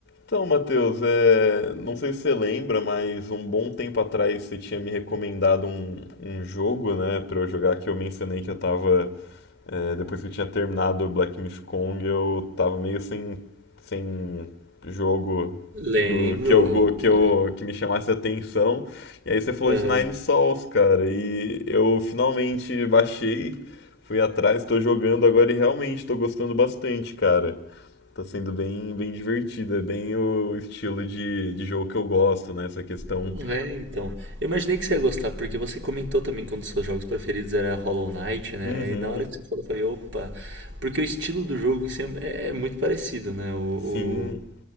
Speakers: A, on the left; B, on the right.
A: Então, Matheus, é, não sei se você lembra, mas um bom tempo atrás você tinha me recomendado um, um jogo, né, pra eu jogar, que eu mencionei que eu tava, é, depois que eu tinha terminado o Black Myth Kong, eu tava meio sem, sem jogo
B: Lembro,
A: do que eu, go-
B: opa.
A: que eu que me chamasse a atenção. E aí você falou
B: Aham.
A: de Nine Sols, cara, e eu finalmente baixei, fui atrás, tô jogando agora e realmente tô gostando bastante, cara. Tá sendo bem, bem divertido, é bem o estilo de, de jogo que eu gosto, né? Essa questão.
B: Hum, É, então. Eu imaginei que você ia gostar, porque você comentou também que um dos seus jogos preferidos era Hollow Knight, né?
A: Uhum,
B: E na hora que você falou, eu falei, opa. Porque o estilo do jogo em si é é muito parecido, né? O,
A: sim.
B: o-